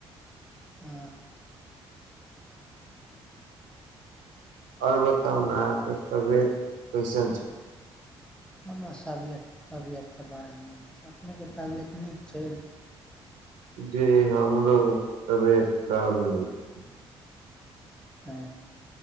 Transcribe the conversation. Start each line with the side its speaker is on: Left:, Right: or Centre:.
Centre: हँ।
Right: अउर बताउना आहा के तबियत कैसन छै?
Centre: हमर सबियत तबियत तऽ बड़ा नीक छै अपनेके तबियत नीक छै
Right: जी हमरो तबियत साबने छै।
Centre: ह